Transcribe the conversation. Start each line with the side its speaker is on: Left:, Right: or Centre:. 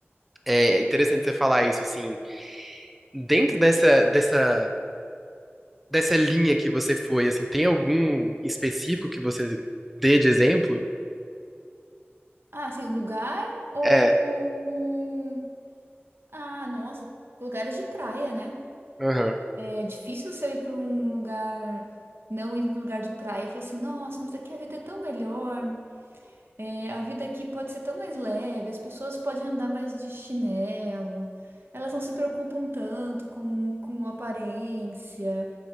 Centre: é interessante você falar isso, assim. Dentro dessa, dessa, dessa linha que você foi, assim, tem algum específico que você dê de exemplo?
Right: Ah, assim, o lugar ou
Centre: É.
Right: um Ah, nossa, lugares de praia, né?
Centre: Aham.
Right: É difícil você ir para um lugar, não ir para um lugar de praia e falar assim, nossa, mas daqui a vida é tão melhor, é, a vida aqui pode ser tão mais leve, as pessoas podem andar mais de chinelo, elas não se preocupam tanto com, com aparência,